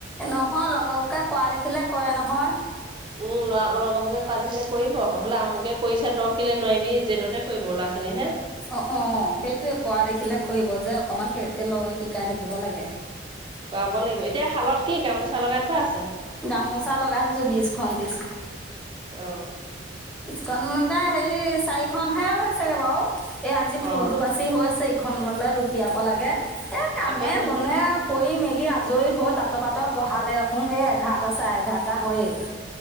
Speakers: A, in the centre; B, on the right.
A: নহয় লগৰ বোকে কোৱা দেখিলে কয় নহয়।
B: উম লৰা লগৰবোকে কৰা দেখিলে কৰিব বোলে আমুকে কৰিছা তৰ্কিলে নোৱাৰিবি জেদতে কৰিব ল'ৰা ছোৱালী হে
A: অ অ সেইটোয়ে কৰা দেখিলে কৰিব যে অকমান সেইতকে লগ শিকাই থাকিব লাগে।
B: খুৱাব লাগিব এতিয়া শালত কি গামোচা লগাই থোৱা আছে।
A: গামোচা লগাই থৈছো বিশখন বিশখন।
B: অ
A: বিশখন মানে হেৰি চাৰিখনহে চাগে বাৰু এ আজি ফুলটো
B: অ
A: বাচি হৈ আছে। এইখনলৈ লুটিয়াব লাগে এ কামে
B: আকৌ সিদিনাখন
A: বনে- কৰি মেলি আজৰি হৈ তাঁতৰ পাতত বহালে দেখোন এই এঘাৰটা চাই ঘটা হয়